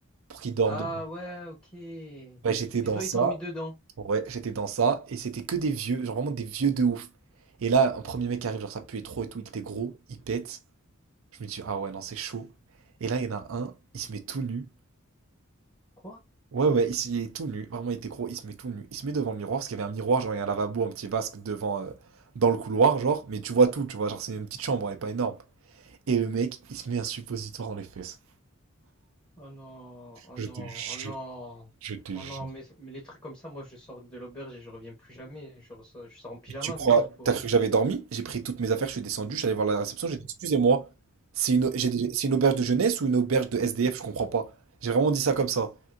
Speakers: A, on the right; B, on the left.
A: pour qu'ils dorment
B: Ah
A: dedans.
B: ouais, ok. Et
A: Ouais, j'étais dans
B: toi,
A: ça.
B: ils t'ont mis dedans?
A: Ouais, j'étais dans ça. Et c'était que des vieux, genre vraiment des vieux de ouf. Et là, un premier mec qui arrive, genre, ça puait trop et tout. Il était gros, il pète. Je me dis, ah ouais, non, c'est chaud. Et là, il y en a un, il se met tout nu.
B: Quoi?
A: Ouais, ouais, il, s- il est tout nu. Vraiment, il était gros. Il se met tout nu. Il se met devant le miroir parce qu'il y avait un miroir, genre, il y a un lavabo, un petit vasque devant, euh, dans le couloir, genre. Mais tu vois tout, tu vois, genre, c'est une petite chambre, elle est pas énorme. Et le mec, il se met un suppositoire dans les fesses.
B: Oh non, oh
A: Je
B: non,
A: te jure,
B: oh non,
A: je te
B: oh
A: jure.
B: non, mais, mais les trucs comme ça, moi je sors de l'auberge et je reviens plus jamais. Je, ressors- je sors en pyjama
A: Mais tu crois,
B: même s'il faut.
A: t'as cru que j'avais dormi? J'ai pris toutes mes affaires, je suis descendu, je suis allé voir la réception, j'ai dit, excusez-moi, c'est une, j'ai des- c'est une auberge de jeunesse ou une auberge de SDF, je comprends pas. J'ai vraiment dit ça comme ça.